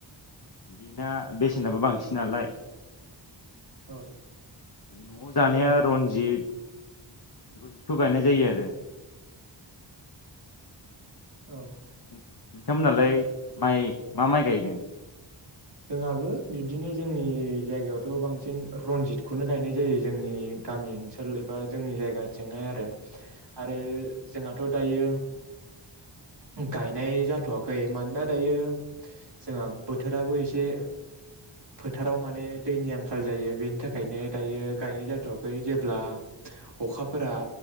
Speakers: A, on the left; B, on the right.
A: बिना बेसेनाबो बांसिन नालाय
B: औ
A: न'आव जानाया रनजित रनजितखौ गायनाय जायो आरो।
B: औ
A: नोंथांमोनालाय माइ मा माइ गायदों?
B: जोंहाबो बिब्दिनो जोंनि जायगायावथ' बांसिन रनजितखौनो गायनाय जायो जोंनि गामि ओनसोल एबा जोंनि जायगाथिंहाय आरो आरो जोंहाथ' दायो गायनाय जाथ'वाखै मानोना दायो जोंहा बोथोराबो एसे से फोथाराव माने दैनि आंखाल जायो बेनि थाखायनो दायो गायनाय जाथ'वाखै जेब्ला अखाफोरा